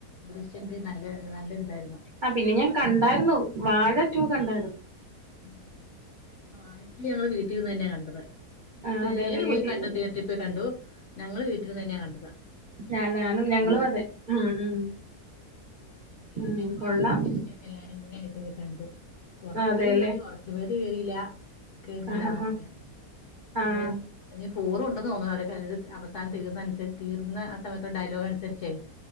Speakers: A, on the left (about 65°); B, on the right (about 85°).
A: ദൃശ്യം ത്രീ നല്ല നല്ലര്തായിരുന്നു
B: ആഹ്‌ പിന്നെ ഞാകണ്ടായിരുന്നു വാഴ റ്റു കണ്ടായിരുന്നു
A: ഉം വാഴ റ്റു ഞങ്ങള് വീട്ടിര്ന്നെയ കണ്ടത് ഉം
B: ആഹ്
A: പിള്ളേര്
B: അതെ അതെ വീട്ടിൽന്ന്
A: പോയി കണ്ടു തിയേട്രി പോയി കണ്ടു ഞങ്ങള് വീട്ടിര്ന്നന്നെയാ കണ്ടത്
B: ആഹ് നാനും ഞാനും അതേ ഉം ഉം
A: തിയേട്രിപോയി
B: ഉം കൊള്ളാം
A: ക്ക്‌ ദൃശ്യം എല്ലാരും കൂടെ ആയിട്ട് പോയി കണ്ടു കൊറച്ചുപേര്
B: അതെല്ലേ
A: കേറി കോറ ച്ച് പേര് കേറില്ല കേർണില്ലാന്ന്
B: ആഹ് ഹ ഹ
A: പറഞ്
B: ആഹ്
A: അവനി ഇനി ഫൗർണ്ടെന്ന് തോന്നുണു അവര് അവസാനം തീർന്നനുസ തീർന്ന ആ സമയത്ത ഡയലോഗ് അനുസരിച്ചേ